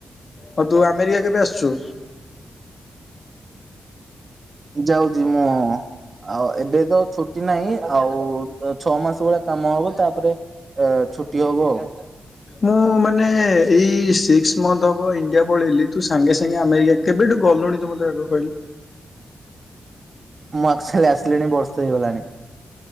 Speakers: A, on the left; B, on the right.
A: ହଁ ତୁ ଆମେରିକା କେବେ ଆସୁଛୁ?
B: ଯାଉଛି ମୁଁ ଆଉ ଏବେ ତ ଛୁଟି ନାଇଁ ଆଉ ଛଅ ମାସ ଭଳିଆ କାମ ହବ ତାପରେ ଏ ଛୁଟି ହବ ଆଉ।
A: ମୁଁ ମାନେ ଏଇ ସିକ୍ସ ମଥ ହବ ଇଣ୍ଡିଆ ପଳେଇଲି ତୁ ସାଙ୍ଗେ ସାଙ୍ଗେ ଆମେରିକା କେବେଠୁ ଗୁଲୁଣି ତୁ ମତେ ଆଗ କହିଲୁ।
B: ମୁଁ ଆକଚୁଆଲି ଆସିଲିଣି ବର୍ଷେ ହେଇଗଲାଣି।